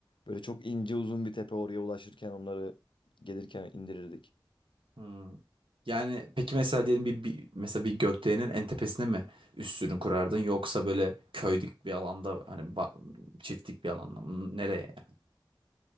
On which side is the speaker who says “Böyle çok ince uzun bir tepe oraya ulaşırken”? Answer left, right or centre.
Left